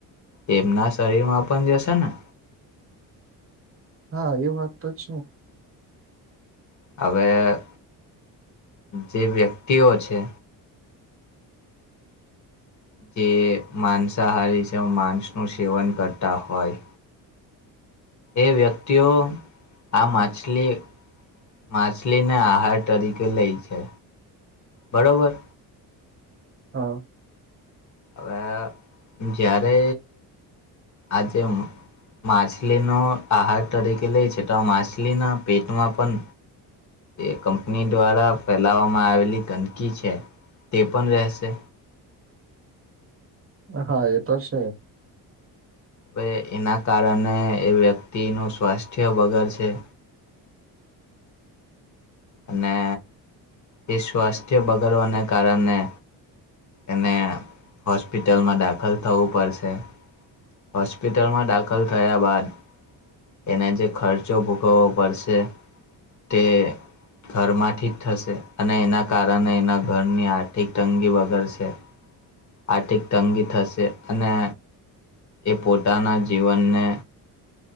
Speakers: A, on the left (about 45°); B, on the right (about 35°).
A: તેમના શરીરમાં પણ જશે ને.
B: હા એ વાત તો જ
A: હવે. જે વ્યક્તિઓ છે. છે. જે માનસાહારી જે માસ નું સેવન કરતા હોય. એ વ્યક્તિઓ આ માછલી માછલીને આહાર તરીકે લઈ છે બરોબર.
B: હા.
A: હવે જ્યારે આજે માછલીનો આહાર તરીકે લે છે તો આ માછલીના પેટમાં પણ એ કંપની દ્વારા ફેલાવામાં આવેલી ગંદકી છે તે પણ રહેશે.
B: હા એ તો છે.
A: હવે એના કારણે એ વ્યક્તિનું સ્વાસ્થ્ય બગર સે અને. એ સ્વાસ્થ્ય બગાડવાને કારણે. એને હોસ્પિટલમાં દાખલ થવું પડશે હોસ્પિટલમાં દાખલ થયા બાદ એને જે ખર્ચો ભૂગવવો પડશે તે ઘરમાંથી જ થશે અને એના કારણે એના ઘરની આર્થિક તંગી વગર. છે. આર્થિક તંગી થશે અને. એ પોતાના જીવનને.